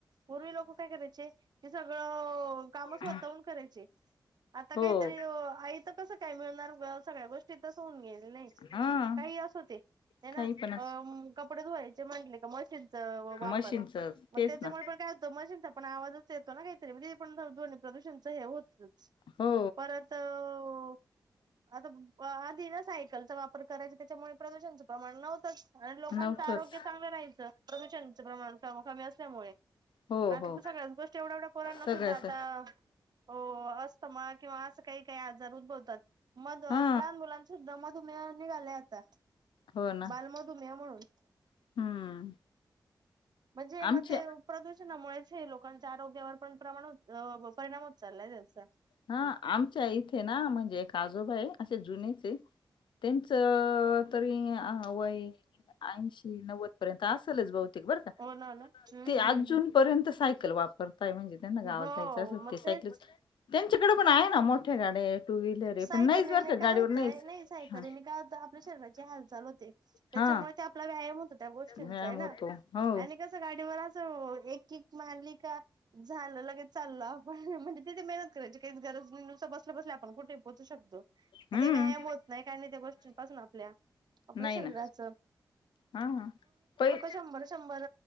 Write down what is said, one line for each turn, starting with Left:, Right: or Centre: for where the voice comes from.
Right: पूर्वी लोक काय करायचे ते सगळं काम स्वतःहुन
Left: हा.
Right: करा आता काहीतरी
Left: हो.
Right: आयत कस. काय मिळणार सगळ्या गोष्टी तस होऊन गेल्या नाही
Left: हा
Right: काही अस होते. ते
Left: काही
Right: ना
Left: पण अस
Right: अ कपडे धुवायचे म्हटले का मशीनचा वापर.
Left: मशीनचच
Right: मग
Left: तेच
Right: त्याच्यामुळे
Left: ना
Right: पण काय होतं मशीनचा पण आवाजच येतो ना काहीतरी मग ते पण ध्वनी प्र प्रदूषणच हे होतच
Left: हो
Right: परत अं आता आधी ना सायकलचा वापर करायचा त्याच्यामुळे प्रदूषणचं प्रमाण नव्हतंच. आणि लोकांचं
Left: नव्हतच
Right: आरोग्य चांगलं राहायचं प्रदूषणाच प्रमाण क कमी असल्यामुळे.
Left: हो
Right: आता
Left: हो
Right: तर सगळ्याच गोष्ट एवढ्या एवढ्या पोरांना
Left: सगळ्याच
Right: सुद्धा आता हो अस्थमा किंवा असं काही काही आजार उद्भवतात. मध
Left: हा
Right: लहान मुलां सुद्धा मधुमेह निघालाय आता
Left: हो ना
Right: बाल मधुमेह म्हणून.
Left: हम्म
Right: म्हणजे मग
Left: आमच्या
Right: ते प्रदूषणामुळेच हे लोकांच्या आरोग्यावर पण प्रमाण परिणाम होत चाललायचा त्यांचा.
Left: हा आमच्या इथे ना म्हणजे एक आजोबायेत असे जुनेच ये. त्यांच तरी वय ऐंशी नव्वद पर्यंत असेलच बहुतेक बरं का.
Right: हो ना ना. हम्म
Left: ते अजून
Right: हम्म हम्म
Left: पर्यंत सायकल वापरताय म्हणजे त्यांना गावात
Right: हो
Left: जायचं असत
Right: मग
Left: ते सायकल
Right: तेच
Left: त्यांच्याकडे पण आहे ना मोठे गाड्या टू व्हीलर आहे
Right: सायकलीने
Left: पण नाहीच बरं का
Right: काय
Left: गाडीवर
Right: होतंय
Left: नाहीच
Right: नाही सायकलीने
Left: हा
Right: काय होत आपल्या शरीराची हालचाल होते. त्याच्यामुळे
Left: हा
Right: ते आपला व्यायाम होतो त्या गोष्टींचा
Left: व्यायाम
Right: आहे ना
Left: होतो हो
Right: आणि कस गाडी अस एक किक मारलिका झालं लगेच् चाललं आपण म्हणजेिथे मेहत करायची काही गरज नाही नुस बसल्या बसली आपण कुठे पोचू शकतो मग
Left: हम्म
Right: ते व्यायाम होत नाही काय नाही त्या गोष्टींपासून आपल्या. आपलं
Left: नाही
Right: शरीराच
Left: ना हा ह पहि
Right: शंभर शंभर